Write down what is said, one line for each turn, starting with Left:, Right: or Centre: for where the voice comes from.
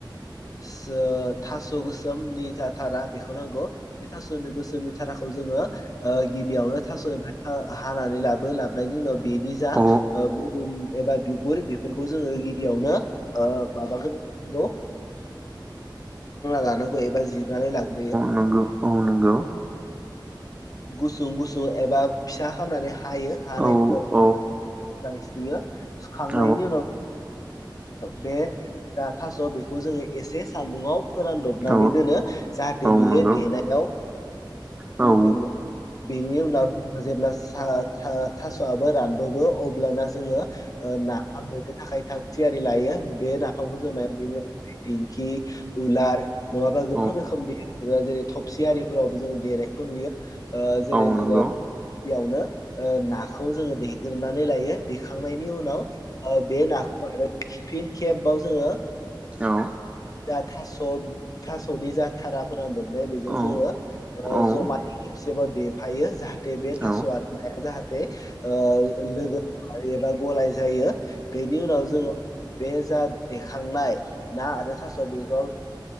Left: सो थास' गोसोमनि जा थारा बेखौ नांगौ बे थास' गोसोमनि थाराखौ जोङो ओ गिबियावनो थास' हानानै लाबो लाबनायनि उनाव बेनि जा
Right: औ
Left: ओ मोदोम एबा बिगुर बेफोरखौ जोङो गिबियावनो ओ माबाग्रोनांगौ लानांगौ एबा जिर नानै लाग्रोयो
Right: नंगौ औ नंगौ
Left: गुसुं गुसुं एबा फिसा खामनानै हा हायो हानायनि
Right: औ
Left: उनाव बेफोर
Right: औ
Left: मोजाङै सुयो सुखांनायनि
Right: औ
Left: उनाव बे थास' बेखौ जोङो एसे सान्दुंङाव फोरानदबनानै
Right: औ
Left: दोनो जाहाथे
Right: औ
Left: बेयो
Right: नंगौ
Left: देनायाव
Right: औ
Left: गेब्लेयो
Right: औ
Left: बेनि उनाव जेब्ला था था थास'आबो रानद'बो अब्लाना जोङो ओ नाफाम देनो थाखाय था थियारि लायो बे नाफामखौ जों मायाव देयो दिंखि उलार नङाबा
Right: औ
Left: गोबां रोखोमनि जेरै थबसि आरि फोरावबो जोङो देनायखौ नुयो ओ जेरै
Right: औ
Left: जोङो
Right: नंगौ
Left: बेयावनो नाखौ जोङो देग्रोनानै लायो। देखांनायनि उनाव बे नाखौ <unintelligible> खेबाव जोङो
Right: औ
Left: दा थास' थास'नि जा थारा फोरानदबनाय
Right: औ
Left: बेजों
Right: औ
Left: जोङो
Right: औ
Left: जमायै
Right: औ
Left: खेबसेबाव देफायो जाहाथे बे
Right: नोंथां
Left: थास'वा जाहाथे ओ लोगो एबा गलाय जायो बेनि उनाव जोङो बे जा देखांनाय ना आरो थास' बेखौ